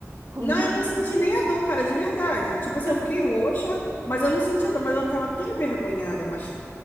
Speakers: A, on the right; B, on the left.
A: Com
B: Não,
A: que.
B: eu não senti nem a dor, cara, de verdade. Tipo assim,
A: Ah,
B: eu fiquei roxa, mas eu não senti a dor, mas eu tava tão envergonhada, mas